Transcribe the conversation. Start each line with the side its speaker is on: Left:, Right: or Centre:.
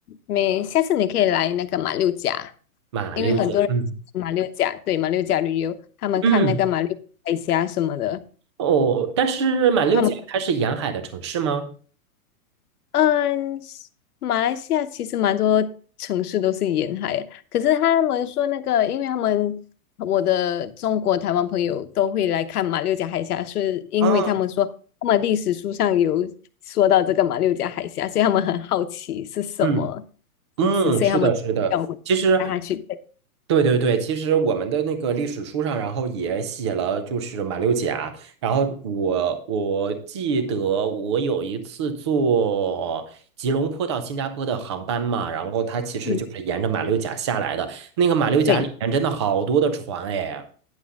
Left: 每下次你可以来那个马六甲。
Right: 马六甲，
Left: 因为很多人马六甲，
Right: 嗯
Left: 对，马六甲旅游，他们看那个马六海峡什么的，
Right: 嗯，哦，但是马六甲它是沿海的城市吗？
Left: 他们嗯，马来西亚其实蛮多城市都是沿海啊，可是他们说那个，因为他们我的中国台湾朋友都会来看马六甲海峡，是因为他们说他们历史书上有说到这个马六甲海峡，
Right: 啊，
Left: 所以他们很好奇是什么
Right: 嗯嗯，
Left: 名字，所以他们叫我带他去。
Right: 是的，是的。其实对对对，其实我们的那个历史书上，然后也写了，就是马六甲。然后我我记得我有一次坐吉隆坡到新加坡的航班嘛，然后它其实就是沿着马六甲下来的。
Left: 嗯，
Right: 那个马六甲里面真的好多的船哎，
Left: 对。